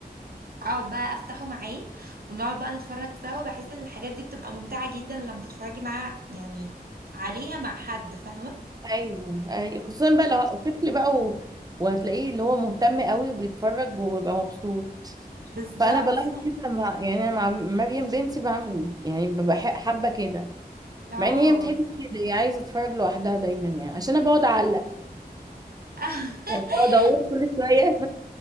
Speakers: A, on the right (about 65°); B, on the right (about 25°).
A: اقعد بقى افتحه معاه ونقعد بقى نتفرج سوا بحس ان الحاجات دي بتبقى ممتعة جدا لما تتفرجي معاه يعني عليها مع حد فاهمة
B: ايوه ايوه خصوصا بقى لو طفل بقى و... وهتلاقيه اللي هو مهتم قوي وبيتفرج وبيبقى مبسوط
A: بالظبط
B: فانا بلاحظ
A: أيوة.
B: كده مع يعني انا مع مريم بنتي بعمل يعني ببقى ح- حابه كده
A: اه
B: مع ان هي ما بتحبش كده هي عايزه تتفرج لوحدها دايما يعني عشان انا بقعد اعلق
A: <laughs>
B: يعني بقعد اقول كل شويه